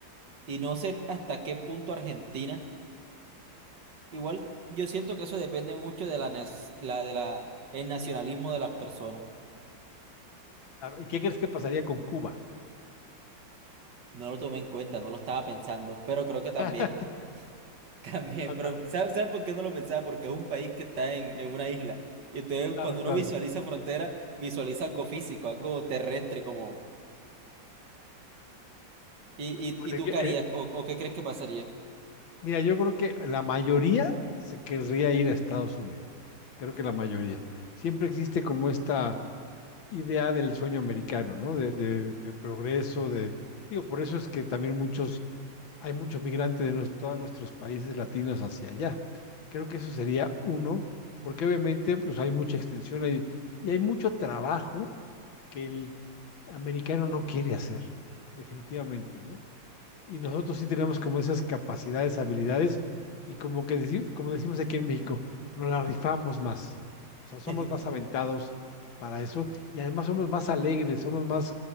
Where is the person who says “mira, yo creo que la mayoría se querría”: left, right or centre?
Left